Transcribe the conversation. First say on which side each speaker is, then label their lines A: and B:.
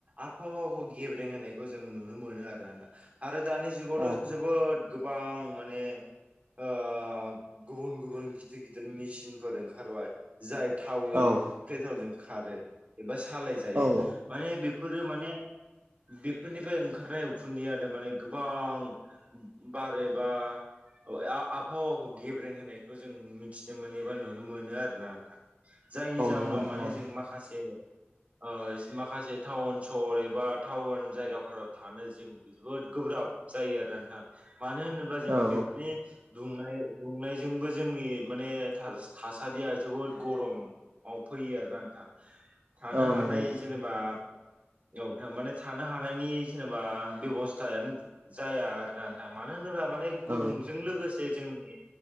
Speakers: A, on the right (about 35°); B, on the right (about 55°).
A: आबहावाखौ गेब्रें होनायखौ जों नुनो मोनो आरो आरोना आरो दानि जुगावथ'
B: औ
A: जोबोद गोबां माने ओ गुबुन गुबुन गिदिर गिदिर मेचिनफोर ओंखारबाय जाय थाव
B: औ
A: एबा पेट्रलजों खारो एबा सालायजायो
B: औ
A: माने फोरो माने बेफोरनिफ्राय ओंखारनाय उखुन्दियानो माने गोबां बार एबा ओ आबहावाखौ गेब्रें होनायखौ जों मिथिनो मोनोबा नुनो मोनो आरोना नोंथां जायनि जाउनाव
B: नंगौ नोंथां
A: माने जों माखासे ओ माखासे टाउन सहर एबा टाउन जायगाफोराव थानो जों जोबोद गोब्राब जायो आरो नोंथां मानो होनोब्ला जों
B: औ
A: बेफोरनि दुंनाय दुंनायजोंबो जोंनि माने थासारिया जोबोद गरमाव फैयो आरो रा नोंथां थानो
B: औ
A: हानाय
B: नंगौ
A: जेनेबा औ नोंथां माने थानो हानायनि जेनेबा बेब'स्थायानो जाया आरोना नोंथां मानो होनोब्ला माने
B: औ
A: गुदुंजों लोगोसे जोंनि